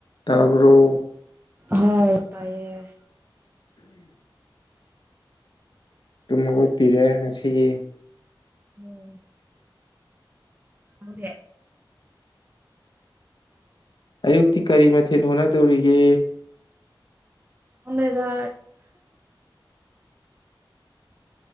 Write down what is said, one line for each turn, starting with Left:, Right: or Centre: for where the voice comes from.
Left: ꯇꯥꯕ꯭ꯔꯣ
Right: ꯍꯣꯏ ꯇꯥꯏꯌꯦ
Left: ꯑꯗꯨꯝ ꯃꯈꯣꯏꯠ ꯄꯤꯔꯦ ꯉꯁꯤꯒꯤ
Right: ꯎꯝ ꯃꯗꯤꯦ
Left: ꯑꯌꯨꯛꯇꯤ ꯀꯔꯤ ꯃꯊꯦꯜ ꯍꯣꯠꯅꯗꯧꯔꯤꯒꯦ
Right: ꯍꯗꯦꯗꯣ